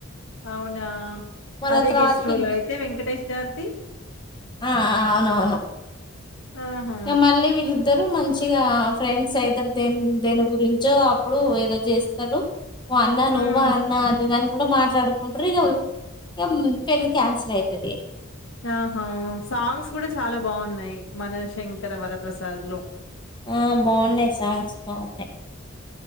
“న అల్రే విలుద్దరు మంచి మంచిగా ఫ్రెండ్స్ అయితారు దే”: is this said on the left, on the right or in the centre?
Left